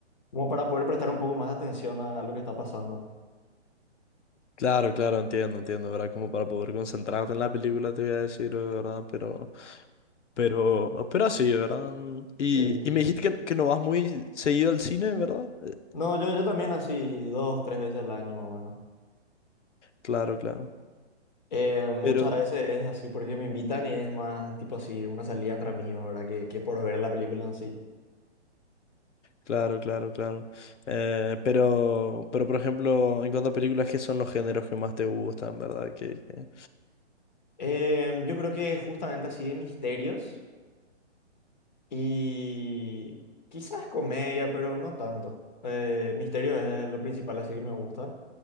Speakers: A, on the left (about 40°); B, on the left (about 85°).
A: Como para poder prestar un poco más de atención a lo que está pasando.
B: Claro, claro, entiendo, entiendo, ¿verdad? Como para poder concentrarte en la película, te voy a decir, ¿verdad? Pero, pero, pero así, ¿verdad? Mm, Y,
A: Sí, sí, sí.
B: y me dijiste que, que no vas muy seguido al cine, ¿verdad? Eh,
A: No, yo, yo también así dos, tres veces al año más o menos.
B: Claro, claro.
A: Eh, muchas
B: Pero,
A: veces es así porque me invitan y es más tipo así, una salida entre amigos, ¿verdad? Que, que por ver la película en sí.
B: claro, claro, claro. Eh, pero, pero, por ejemplo, en cuanto a películas, ¿qué son los géneros que más te gustan, ¿verdad? Que, que-
A: Eh, yo creo que justamente así de misterios y quizás comedia, pero no tanto. Eh, misterio es lo principal, así que me gusta.